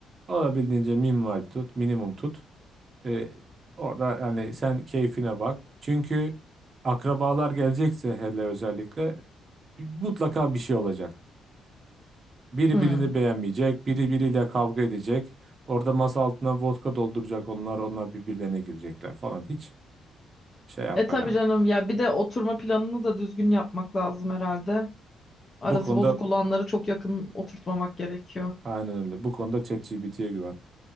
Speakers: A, on the right (about 30°); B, on the left (about 25°).
A: Olabildiğince minimal tut, minimum tut. Ee, orada yani sen keyfine bak. Çünkü akrabalar gelecekse hele özellikle mutlaka bir şey olacak. Biri
B: Hı.
A: birini beğenmeyecek, biri biriyle kavga edecek. Orada masa altına vodka dolduracak onlar, onlar birbirlerine girecekler falan. Hiç şey yapma
B: E tabii
A: yani.
B: canım ya bir de oturma planını da düzgün yapmak lazım herhalde. Arası
A: Bu konuda
B: bozuk olanları çok yakın oturtmamak gerekiyor.
A: aynen öyle. Bu konuda ChatGPT'ye güven.